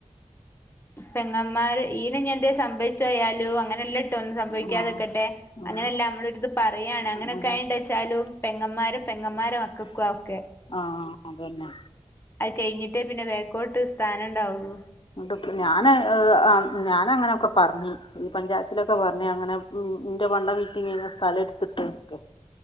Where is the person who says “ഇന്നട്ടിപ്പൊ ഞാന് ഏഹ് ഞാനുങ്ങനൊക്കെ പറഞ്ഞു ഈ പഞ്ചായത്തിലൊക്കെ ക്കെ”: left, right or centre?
Left